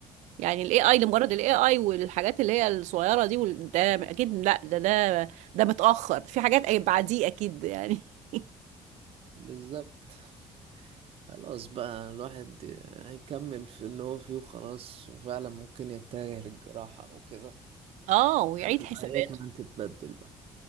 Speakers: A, on the right; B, on the right.
A: يعني الاي اي لمجرد الاي اي والحاجات اللي هي الصغيرة دي وال- ده اكيد لا ده ده ده متأخر في حاجات أي- بعديه اكيد يعني <laughs>
B: بالظبط خلاص بقى الواحد هيكمل في اللي هو فيه وخلاص وفعلا ممكن يتجه للجراحة أو كده
A: اه ويعيد
B: لحد ما
A: حساباته
B: هي كمان تتبدل بقى